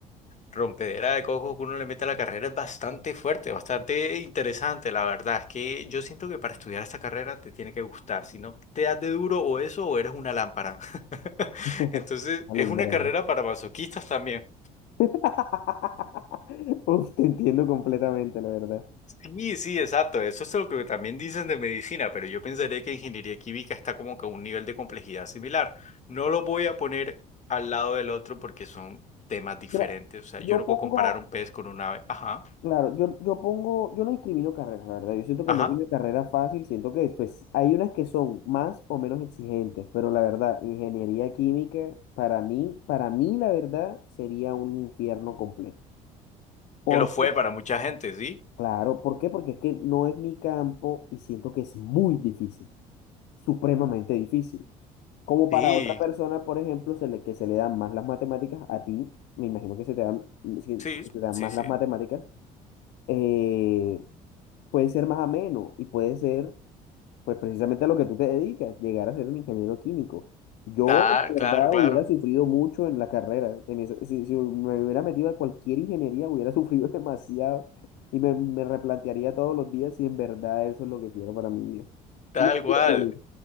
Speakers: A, on the left; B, on the left.
A: rompedera de coco que uno le mete a la carrera es bastante fuerte, bastante interesante, la verdad. Es que yo siento que para estudiar esta carrera te tiene que gustar, si no te das de duro o eso o eres una lámpara. <laughs>
B: <laughs>
A: Entonces
B: Alumbrera.
A: es una carrera para masoquistas también.
B: <laughs> Uf, te entiendo completamente, la verdad.
A: Sí, sí, exacto. Eso es lo que también dicen de medicina, pero yo pensaría que ingeniería química está como que a un nivel de complejidad similar. No lo voy a poner al lado del otro porque son temas diferentes.
B: Mira,
A: O sea,
B: yo
A: yo no puedo
B: pongo,
A: comparar un pez con un ave. Ajá,
B: Claro, yo, yo pongo, yo no discrimino carreras, la verdad. Yo siento que
A: ajá.
B: no hay una carrera fácil, siento que pues, hay unas que son más o menos exigentes, pero la verdad, ingeniería química, para mí, para mí, la verdad, sería un infierno completo. ¿Por
A: Que lo fue
B: qué?
A: para mucha gente, ¿sí?
B: Claro, ¿por qué? Porque es que no es mi campo y siento que es muy difícil, supremamente difícil. Como
A: Sí,
B: para otra persona, por ejemplo, se le, que se le dan más las matemáticas, a ti, me imagino que se te dan, se-
A: sí,
B: se te dan
A: sí,
B: más
A: sí.
B: las matemáticas. eh, puede ser más ameno y puede ser, pues precisamente a lo que tú te dedicas, llegar a ser un ingeniero químico. Yo,
A: Tal,
B: de
A: claro,
B: verdad,
A: claro.
B: hubiera sufrido mucho en la carrera. En esa- si, si me hubiera metido a cualquier ingeniería, hubiera sufrido <laughs> demasiado y me, me replantearía todos los días si en verdad eso es lo que quiero para mi vida.
A: Tal
B: Y ya,
A: cual.
B: bueno,